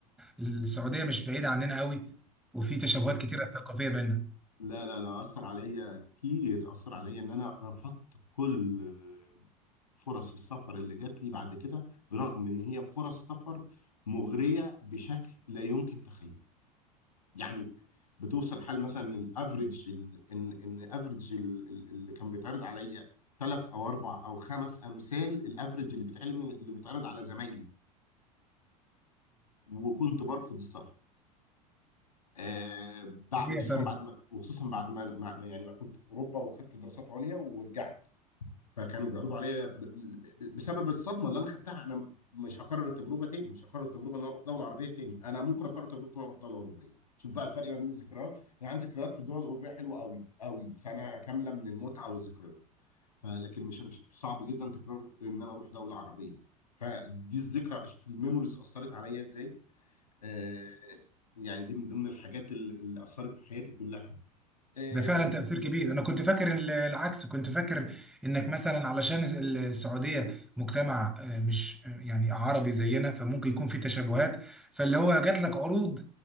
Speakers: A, in the centre; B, on the left.
A: السعودية مش بعيدة عننا قوي وفي تشابهات كتيرة ثقافية بيننا.
B: لا لا لا اثر عليا كتير اثر عليا ان انا رفضت كل فرص السفر اللي جات لي بعد كده برغم ان هي فرص سفر مغريه بشكل لا يمكن تخيله يعني بتوصل حال مثلا الافريج ال- ان ان افريج ال... اللي كان بيتعرض عليا ثلاث او اربع او خمس امثال الافريج اللي بيتعلم اللي بيتعرض على زمايلي وكنت برفض السفر آه بع- وخصوصا
A: إيه يا ترى؟
B: بعد ما وخصوصا بعد ما ما- ما- يعني ما كنت في اوروبا وخدت دراسات عليا ورجعت فكانوا بيعرضوا عليا ب- ب- بسبب الصدمه اللي انا خدتها انا مش هكرر التجربه تاني مش هكرر التجربه ان انا اروح دوله عربيه تاني انا ممكن اكرر تجربه ان انا اروح دوله اوروبيه شوف بقى الفرق ما بين الذكريات انا عندي ذكريات في الدول الاوروبيه حلوه قوي قوي سنه كامله من المتعه والذكريات فلكن مش مش صعب جدا تكرار ان انا اروح دوله عربيه فدي الذكرى في الميموريز اثرت عليا ازاي آه يعني دي من ضمن الحاجات اللي اللي اثرت في حياتي كلها آه،
A: ده فعلا تأثير كبير أنا كنت فاكر ال- العكس كنت فاكر إنك مثلا علشان الس- السعودية مجتمع آه، مش آه، يعني عربي زينا فممكن يكون في تشابهات فاللي هو جات لك عروض